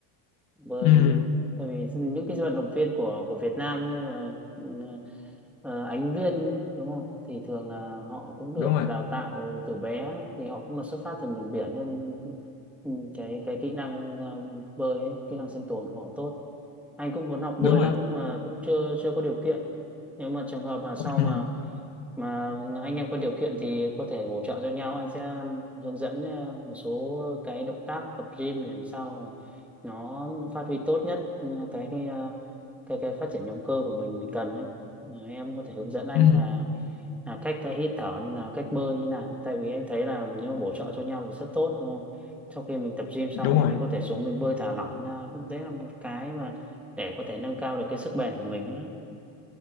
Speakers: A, in the centre; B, on the left.
A: bởi
B: ừ,
A: tại vì những cái vận động viên của của Việt Nam như là, ừ, ờ, Ánh Viên ấy, đúng không thì thường là họ cũng được
B: đúng rồi
A: đào tạo từ bé ấy, thì họ cũng là xuất phát từ miền biển nên ừ, cái cái kỹ năng ờ, bơi ấy, kỹ năng sinh tồn của họ tốt anh cũng muốn học bơi
B: đúng rồi
A: lắm nhưng mà cũng chưa chưa có điều kiện nếu mà trường hợp mà sau
B: ừ,
A: mà mà anh em có điều kiện thì có thể bổ trợ cho nhau anh sẽ ừ, hướng dẫn ờ, một số cái động tác tập gym để làm sao nó phát huy tốt nhất ừ, cái cái à, cái cái phát triển động cơ của mình mình cần đấy Ừ, em có thể hướng dẫn anh
B: ừ,
A: là là cách cái hít thở như nào cách bơi như nào tại vì anh thấy là nếu mà bổ trợ cho nhau thì rất tốt đúng không sau khi mình tập gym xong
B: đúng
A: thì
B: rồi
A: mình có thể xuống mình bơi thả lỏng ra đấy là một cái mà để có thể nâng cao được cái sức bền của mình nữa